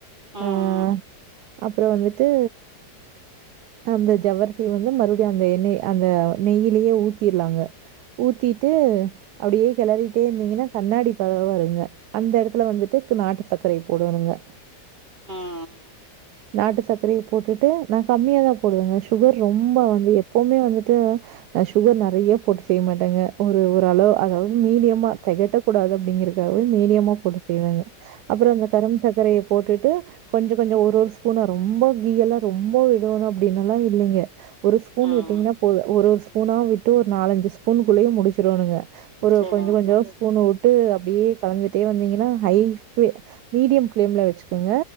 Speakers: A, on the right (about 25°); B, on the right (about 75°).
A: ம்
B: அஹ்
A: ம்
B: அப்றோ வந்து த்து அந்த ஜவ்வரிசி வந்து மறுபடியு அந்த எண்ணெய் அந்த நெய்யிலியே ஊத்திறலாங்க ஊத்திட்டு அப்டியே கெளறிட்டே இருந்தீங்கன்னா கண்ணாடி பத வருங்க அந்த எடத்துல வந்துட்டு நாட்டு சக்கரைய போடோணுங்க
A: ஆ ஆ
B: நாட்டு சக்கரைய போட்டுட்டு நா கம்மியாதா போடுவங்க ஷுகர் ரொம்ப வந்து எப்பவுமே வந்துட்டு நா ஷுகர் நெறைய போட்டு செய்ய மாட்டேங்க ஒரு ஒரு அளவ் அதாது மீடியமா தெகட்டக் கூடாது அப்டிங்கறக்காகவே மீடியமா போட்டு செய்வங்க அப்றோ அந்த கரும்பு சக்கரைய போட்டுட்டு கொஞ்சோ கொஞ்சோ ஒரு ஒரு ஸ் போனா ரொம்ப கீயெல்லா ரொம்ப விடுவனா அப்டின்னல்லா இல்லீங்க ஒரு ஸ்பூன்
A: ம்
B: விட்டீங்கன்னா போது ஒரு ஒரு ஸ்பூனா விட்டு ஒரு நாலஞ்சு ஸ்பூனுக்குள்ளயே முடுச் ட்றோனுக ஒரு
A: சரிங்க
B: கொஞ்சோ கொஞ்சோ
A: தோழி
B: ஸ்பூன்வுட்டு அப்டியே கலந்துடே வந்தீங்கனா ஹை ஃபே மீடியம் ஃப்லேம்ல வச்சுகங்க